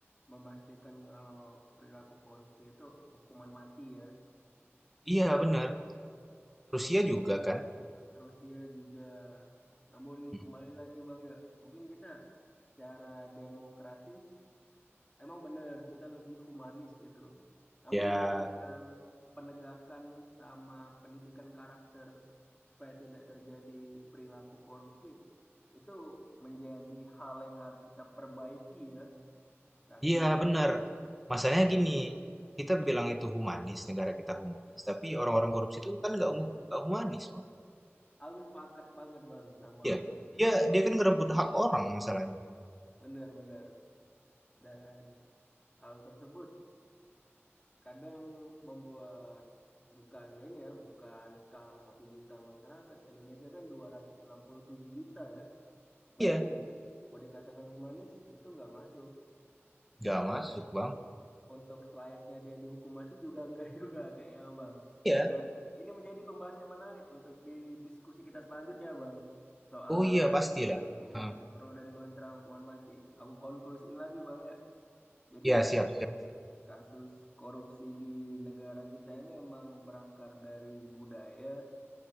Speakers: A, on the left; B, in the centre.
A: memastikan kalau perilaku korupsi itu hukuman mati ya
B: Iya, benar. Rusia juga kan.
A: Rusia juga namun
B: Hmm.
A: kembali lagi bang ya mungkin kita cara demokratis Emang benar, kita lebih humanis gitu. Namun
B: Ya,
A: dalam bidang penegakan sama pendidikan karakter supaya tidak terjadi perilaku korupsi, itu menjadi hal yang harus kita perbaiki ya saat
B: iya
A: ini.
B: benar. Masalahnya gini, kita bilang itu humanis, negara kita humanis, tapi orang-orang korupsi itu kan nggak nggak humanis.
A: Aku sepakat banget Bang sama
B: Iya,
A: hal itu
B: dia
A: Bang.
B: dia kan ngerebut hak orang masalahnya.
A: Benar-benar. Dan hal tersebut kadang membuat bukan ini ya, bukan skala satu juta masyarakat. Indonesia kan 267 juta ya. Bayangin,
B: Iya,
A: mau dikatakan humanis itu nggak masuk
B: nggak
A: dan
B: masuk bang.
A: untuk selayaknya dia dihukum mati juga <laughs> nggak juga kayak ya Bang.
B: Iya,
A: Dan ini menjadi pembahasan yang menarik untuk di diskusi kita selanjutnya Bang. Soal
B: oh iya pastilah.
A: ya
B: Hmm.
A: pro dan kontra hukuman mati. Aku konklusiin lagi Bang ya. Jadi
B: Iya siap siap.
A: kasus korupsi di negara kita ini emang berakar dari budaya